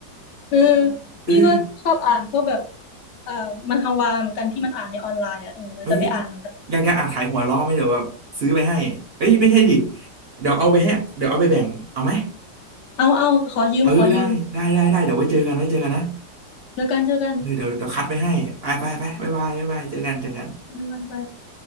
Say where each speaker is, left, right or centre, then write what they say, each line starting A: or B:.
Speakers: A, on the left (about 60°); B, on the right (about 55°).
A: เออ
B: เออ
A: นี่ก็ชอบอ่านพวกแบบเอ่อมันฮวาเหมือนกันที่มันอ่านในออนไลน์อ่ะเออเราจะไปอ่านเหมือนกัน
B: เอออยากจะอ่านขายหัวเราะไหมเดี๋ยวแบบซื้อไปให้เอ้ยไม่ใช่ดิเดี๋ยวเอาไปให้เดี๋ยวเอาไปแบ่งเอาไหม
A: เอาเอาขอยืมขอยืม
B: เออได้ได้ได้ได้เดี๋ยวไว้เจอกันไว้เจอกันนะ
A: เจอกันเจอกัน
B: เออเดี๋ยวเดี๋ยวคัดไปให้ไปไปไปบายบายบายบายเจอกันเจอกัน
A: บ๊ายบาย